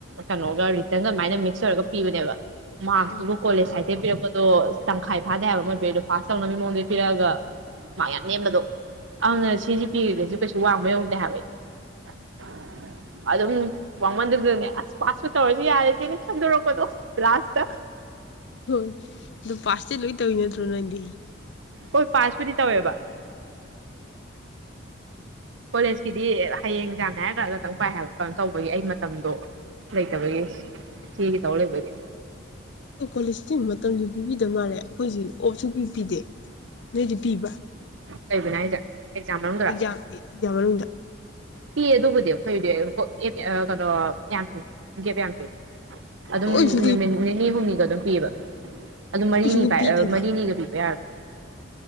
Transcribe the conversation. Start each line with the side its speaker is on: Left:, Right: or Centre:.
Right: ꯀꯅꯣꯒ ꯔꯤꯇꯔꯟꯒ ꯑꯗꯨꯃꯥꯏꯅ ꯃꯤꯛꯁ ꯇꯧꯔꯒ ꯄꯤꯕꯅꯦꯕ ꯃꯥꯔꯛꯇꯨꯒ
Left: ꯎꯝ
Right: ꯀꯣꯂꯦꯖ ꯁꯥꯏꯠꯇꯩ ꯄꯤꯔꯛꯄꯗꯣ ꯇꯪꯈꯥꯏ ꯐꯥꯗꯦ ꯍꯥꯏꯕ ꯃꯣꯏ ꯄꯤꯔꯛꯏꯗꯣ ꯄꯥꯁ ꯇꯧꯅꯕꯩ ꯃꯑꯣꯡꯗꯤ ꯄꯤꯔꯛꯑꯒ ꯃꯥꯛ ꯌꯥꯝ ꯅꯦꯝꯕꯗꯣ ꯑꯗꯨꯅ ꯁꯤꯖꯦ ꯄꯤꯔꯒꯖꯨ ꯀꯩꯁꯨ ꯋꯥꯡꯕ ꯌꯧꯗꯦ ꯍꯥꯏꯕ ꯑꯩ ꯑꯗꯨꯝ ꯋꯥꯃꯟꯗꯗꯅꯦ ꯑꯁ ꯄꯁꯄꯨ ꯇꯧꯔꯗꯤ ꯌꯥꯔꯗꯤꯅ ꯈꯟꯗꯣꯔꯛꯄꯗꯣ ꯂꯥꯁꯇ
Left: ꯍꯣꯏ ꯗꯨ ꯄꯥꯁꯇꯤ ꯂꯣꯏ ꯇꯧꯋꯤ ꯅꯠꯇ꯭ꯔꯣ ꯅꯪꯗꯤ
Right: ꯍꯣꯏ ꯄꯥꯁꯄꯨꯗꯤ ꯇꯧꯋꯦꯕ ꯀꯣꯂꯦꯖꯀꯤꯗꯤ ꯍꯌꯦꯡ ꯑꯦꯡꯖꯥꯝꯅꯦ ꯍꯥꯏꯔꯀꯟꯗ ꯈꯇꯪ ꯄꯥꯏ ꯍꯥꯏꯕ ꯀꯅꯣ ꯇꯧꯕꯒꯤ ꯑꯩ ꯃꯇꯝꯗꯣ ꯂꯩꯇꯕꯒꯤ ꯁꯤꯒꯤ ꯇꯧ ꯂꯩꯕꯒꯤ
Left: ꯗꯣ ꯀ꯭ꯋꯥꯂꯦꯁꯇꯤ ꯃꯇꯝꯁꯨ ꯄꯤꯕꯤꯗ ꯃꯥꯜꯂꯦ ꯑꯈꯣꯏꯖꯤ ꯑꯣꯞ ꯁꯨꯄꯤ ꯄꯤꯗꯦ ꯅꯣꯏꯗꯤ ꯄꯤꯕ꯭ꯔꯥ
Right: ꯀꯩꯕꯨꯅꯣ ꯍꯥꯏꯖꯦ ꯑꯦꯛꯖꯥꯝ ꯃꯅꯨꯡꯗꯔꯣ
Left: ꯑꯦꯛꯖꯥꯝ ꯑꯦꯛꯖꯥꯝ ꯃꯅꯨꯡꯗ
Right: ꯄꯤ ꯑꯗꯨꯕꯨꯗꯤ ꯑꯈꯣꯏꯗꯤ ꯀꯣꯛ ꯑꯦꯞ ꯑ ꯀꯩꯅꯣ ꯌꯥꯝ ꯒꯦꯞ ꯌꯥꯝ ꯄꯤ ꯑꯗꯨꯝ
Left: ꯑꯩꯈꯣꯏꯁꯨ
Right: ꯅꯨꯃꯤꯠ ꯅꯤꯅꯤ ꯍꯨꯝꯅꯤꯒ ꯑꯗꯨꯝ ꯄꯤꯌꯦꯕ ꯑꯗꯨꯝ
Left: ꯑꯩꯈꯣꯏꯁꯨ
Right: ꯃꯔꯤꯅꯤ ꯄꯥꯏ
Left: ꯄꯤꯗꯦꯅ
Right: ꯑ ꯃꯔꯤꯅꯤꯒ ꯄꯤꯕ ꯌꯥꯔꯕ